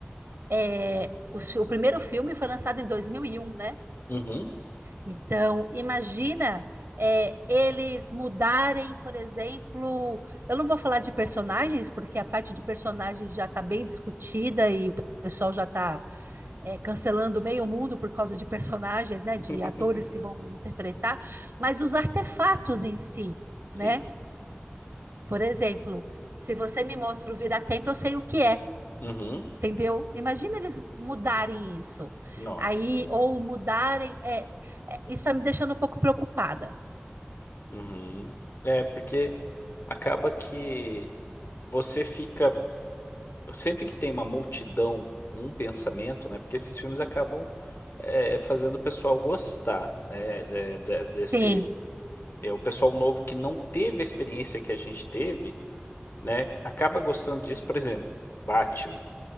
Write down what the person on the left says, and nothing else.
Uhum.
<laughs>
Sim.
Uhum.
Nossa.
Uhum. É, porque acaba que você fica. Sempre que tem uma multidão, um pensamento, né? Porque esses filmes acabam é, fazendo o pessoal gostar, né? de- de- desse.
É, o pessoal novo que não teve a experiência que a gente teve, né? Acaba gostando disso. Por exemplo, Batman.